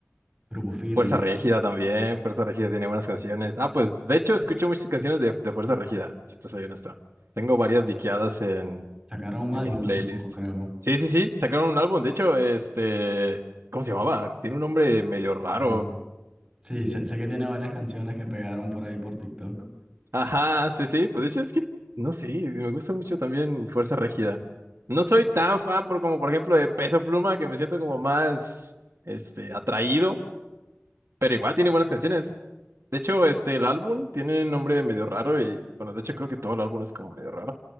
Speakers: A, on the right; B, on the right.
A: Grupo Firme.
B: Fuerza Régida también, Fuerza Régida tiene buenas canciones. Ah, pues de hecho escucho muchas canciones de, de Fuerza Régida, si te soy honesto. Tengo varias diqueadas en,
A: Sacaron un
B: en
A: álbum
B: mis playlists.
A: hace poco, creo.
B: Sí, sí, sí, sacaron un álbum, de hecho, este, ¿cómo se llamaba? Tiene un nombre medio raro.
A: Eh, sí, sé, sé que tiene varias canciones que pegaron por ahí por TikTok.
B: Ajá, sí, sí, pues de hecho es que, no sé, me gusta mucho también Fuerza Regida. No soy tan fan por como, por ejemplo, de Peso Pluma, que me siento como más, este, atraído, pero igual tiene buenas canciones. De hecho, este, el álbum tiene un nombre medio raro y, bueno, de hecho creo que todo el álbum es como medio raro.